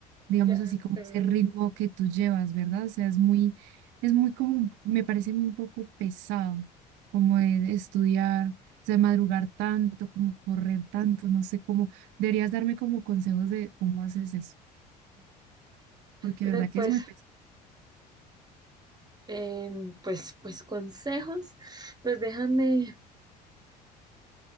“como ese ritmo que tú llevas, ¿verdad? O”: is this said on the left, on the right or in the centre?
Right